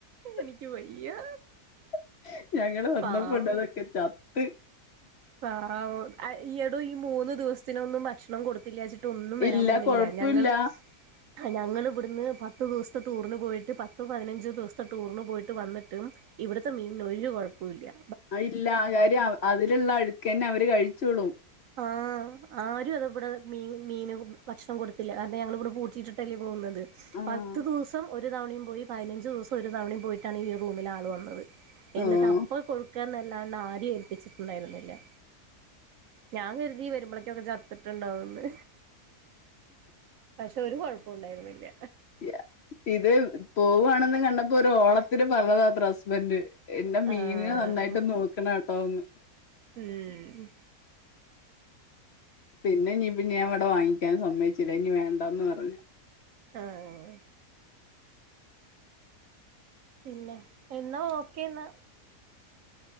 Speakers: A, on the left (about 50°); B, on the right (about 65°).
A: <unintelligible>
B: എനിക്ക് വയ്യ
A: ഞങ്ങള് വന്നപ്പോണ്ടതൊക്കെ
B: പാവം
A: ചത്ത്. <inaudible>
B: പാവോ ആ എടോ ഈ മൂന്ന് ദിവസത്തിനൊന്നും ഭക്ഷണം കൊടുത്തില്ലച്ചിട് ട്ടൊന്നും വരാൻ
A: ഇല്ല
B: പോണില്ല
A: കൊഴപ്പല്ല
B: ഞങ്ങള് ഞങ്ങൾവിടുന്ന് പത്ത് ദിവ്സത്തെ ടൂറിന് പോയിട്ട് പത്ത് പതിനഞ്ച് ദിവ്സത്തെ ടൂറിന് പോയിട്ട് വന്നിട്ടും ഇവിടത്തെ മീനൊരു കൊഴപ്പോല്ല്യാ
A: ആ ഇല്ല കാര്യം അവ് അതിലുള്ളഴുക്കെന്നെ അവര് കഴിച്ചോളും.
B: ആഹ് ആ ആരും അതിവിടെ മീന് മീന് ഭക്ഷണം കൊടുത്തില്ല കാരണം ഞങ്ങളിവിടെ പൂട്ടിട്ടിട്ടല്ലേ പോകുന്നത്.
A: ആഹ്
B: പത്ത് ദിവസം ഒരു തവണയും പോയി പയിനഞ്ച് ദിവസം ഒരു തവണയും പോയിട്ടാണ് ഈ റൂമിൽ ആള് വന്നത്. എന്നിട്ട്
A: ഓഹ്
B: അപ്പ കൊടുക്കന്നല്ലാണ്ടാര്യേം ഏൽപ്പിച്ചിട്ടുണ്ടായിരുന്നില്ല്യ. ഞാൻ കരുതി വരുമ്പോളക്കെ അത് ചത്തിട്ടുണ്ടാവന്ന്. പഷെ ഒരു കൊഴപ്പോണ്ടായിരുന്നില്ല.
A: <unintelligible> ഇത് പോവാണെന്ന് കണ്ടപ്പോ ഒരു ഓളത്തിന് പറഞ്ഞതാത്ര ഹസ്ബൻഡ്. എന്റെ മീനിനെ
B: ആഹ്
A: നന്നായിട്ട് നോക്കണട്ടോന്ന്.
B: മ്
A: പിന്നെ ഇനിയിപ്പ ഞാൻ ഇവടെ വാങ്ങിക്കാൻ സമ്മയിച്ചില്ല ഇനി വേണ്ടന്ന് പറഞ്ഞു.
B: ആഹ് പിന്നെ എന്നാ ഓക്കേന്നാ